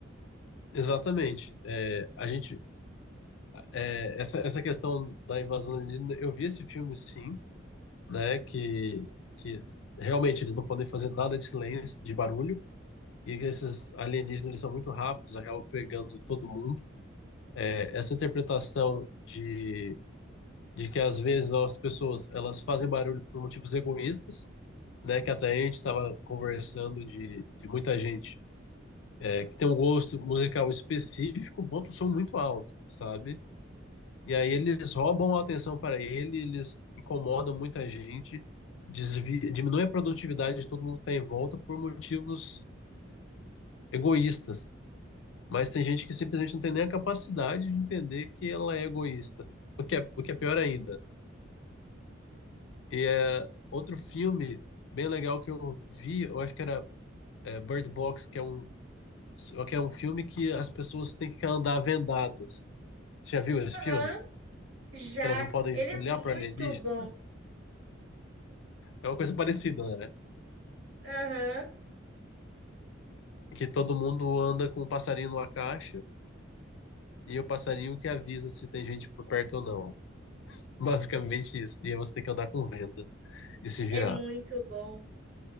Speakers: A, on the left; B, on the right.
A: Exatamente. É, a gente, é, essa, essa questão da invasão alienígena, eu vi esse filme sim, né? Que, que realmente eles não podem fazer nada de silêncio, de barulho, e que esses alienígenas eles são muito rápidos, acabam pegando todo mundo. É, essa interpretação de, de que às vezes ó, as pessoas elas fazem barulho por motivos egoístas, né? Que até a gente estava conversando de, de muita gente é, que tem um gosto musical específico, bota o som muito alto, sabe? E aí eles roubam a atenção para ele, eles incomodam muita gente, desvi- diminui a produtividade de todo mundo que está em volta por motivos egoístas. Mas tem gente que simplesmente não tem nem a capacidade de entender que ela é egoísta, o que é, o que é pior ainda. E é outro filme bem legal que eu vi, eu acho que era é, Bird Box, que é um, que é um filme que as pessoas têm que andar vendadas. Você já viu esse
B: Aham,
A: filme?
B: já.
A: Que elas não podem
B: Ele é
A: olhar
B: muito
A: para alienígena?
B: bom.
A: É uma coisa parecida, né?
B: Aham,
A: que todo mundo anda com um passarinho numa caixa e o passarinho que avisa se tem gente por perto ou não. <laughs> Basicamente isso. E aí você tem que andar com venda e se virar.
B: é muito bom.